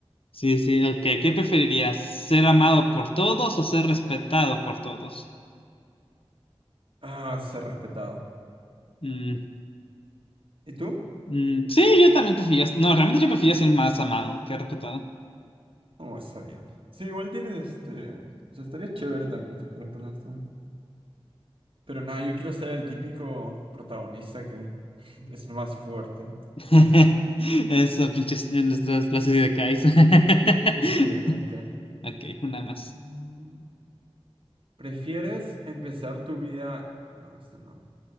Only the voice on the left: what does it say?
Sí, sí, ok. ¿Qué preferirías? ¿Ser amado por todos o ser respetado por todos?
Mm,
mm, sí, yo también prefería, no, realmente yo prefería ser más amado que respetado.
<laughs>
Eso, pinches, en las, las ideas de Kais. <laughs>
Ok, una más.